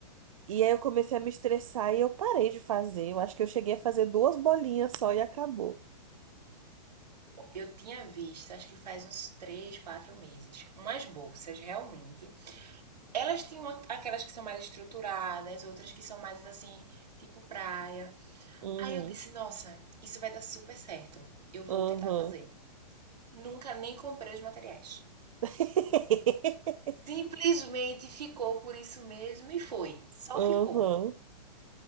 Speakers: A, on the right; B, on the right.
A: e aí eu comecei a me estressar e eu parei de fazer. Eu acho que eu cheguei a fazer duas bolinhas só e acabou.
B: Eu tinha visto, acho que faz uns 3, 4 meses, umas bolsas realmente. Elas tinham aquelas que são mais estruturadas, outras que são mais assim, tipo praia.
A: Uhum,
B: Aí eu disse, nossa, isso vai dar super certo. Eu vou
A: uhum,
B: tentar fazer. Nunca nem comprei os materiais.
A: <laughs>
B: Simplesmente ficou por isso mesmo e foi. Só
A: uhum.
B: ficou.